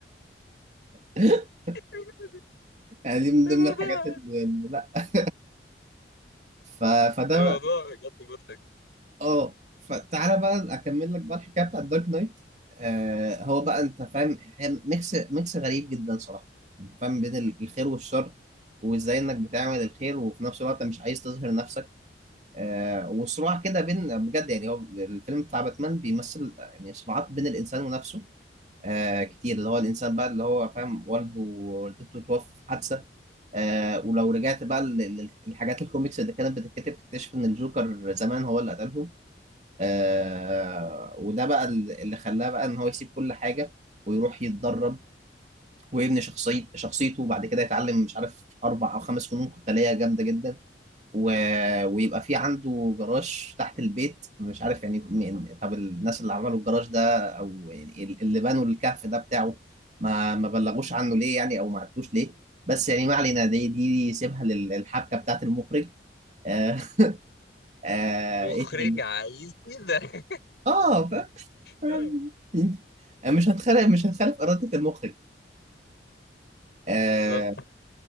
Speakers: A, on the right; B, on the left.
A: <laughs>
B: <laughs>
A: يعني دي من
B: الموضوع
A: ضمن الحاجات اللي اللي- لا <laughs> ف... فده
B: الموضوع بجد مضحك
A: اه فتعالى بقى اكمل لك بقى الحكايه بتاعت دارك نايت آه هو بقى انت فاهم هي ميكس ميكس غريب جدا صراحه انت فاهم بين ال- الخير والشر وازاي انك بتعمل الخير وفي نفس الوقت مش عايز تظهر نفسك آه وصراع كده بين بجد يعني هو الفيلم بتاع باتمان بيمثل يعني صراعات بين الانسان ونفسه آه كتير اللي هو الانسان بقى اللي هو فاهم والده ووالدته توفوا في حادثه آه ولو رجعت بقى لل- لل- للحاجات الكوميكس اللي كانت بتتكتب تكتشف ان الجوكر زمان هو اللي قتلهم آه وده بقى اللي خلاه بقى ان هو يسيب كل حاجه ويروح يتدرب ويبني شخصيه شخصيته وبعد كده يتعلم مش عارف اربع او خمس فنون قتاليه جامده جدا و... ويبقى في عنده جراج تحت البيت مش عارف يعني مين- طب الناس اللي عملوا الجراج ده او يعني اللي بنوا الكهف ده بتاعه ما ما بلغوش عنه ليه يعني او ما عرفوش ليه بس يعني ما علينا دي دي سيبها للحبكه بتاعت المخرج آه آه
B: مخرج
A: ايه تاني
B: عايز كده
A: اه بس فاهم
B: <laughs>
A: مش هتخالف مش هتخالف إرادة المخرج آه
B: بالظبط